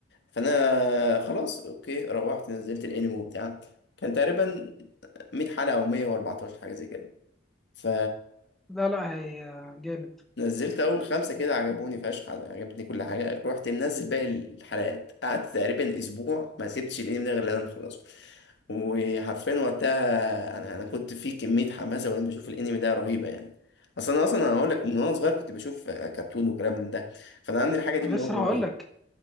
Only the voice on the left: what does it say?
فانا خلاص اوكي روحت نزلت الانمي وبتاع كان تقريبا 100 حلقه او 114 حاجه زي كده ف
نزلت اول خمسه كده عجبوني فشخ عجبتني كل حاجه رحت منزل باقي الحلقات قعدت تقريبا اسبوع ما سبتش الانمي ده غير لما نخلصه وحرفيا وقتها انا انا كنت في كميه حماسه وانا بشوف الانمي ده رهيبه يعني اصلا انا اصلا هقول لك من وانا صغير كنت بشوف كرتون وكلام من ده فانا عندي الحاجه دي
من
وانا صغير